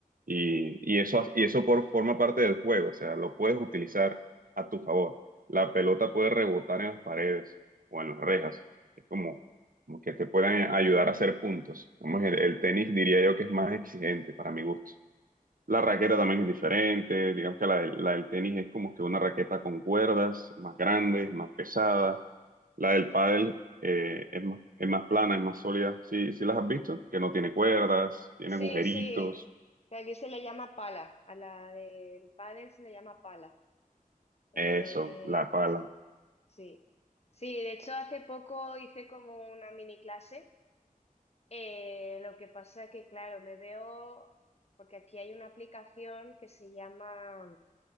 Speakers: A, on the right; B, on the left.
A: Y, y eso, y eso por, forma parte del juego, o sea, lo puedes utilizar a tu favor. La pelota puede rebotar en las paredes o en las rejas. Es como, como que te pueden ayudar a hacer puntos. Como es el, el tenis diría yo que es más exigente para mi gusto. La raqueta también es diferente. Digamos que la, del- la del tenis es como que una raqueta con cuerdas, más grande, más pesada. La del
B: sí.
A: pádel eh, es más, es más plana, es más sólida. Sí, sí las has visto, que no tiene cuerdas, tiene
B: Sí,
A: agujeritos.
B: sí. que Aquí se le llama pala. A la del pádel se le llama pala. En
A: Eso,
B: vez de...
A: la pala.
B: Exacto. Sí. Sí, de hecho hace poco hice como una mini clase. Eh, lo que pasa que, claro, me veo, porque aquí hay una aplicación que se llama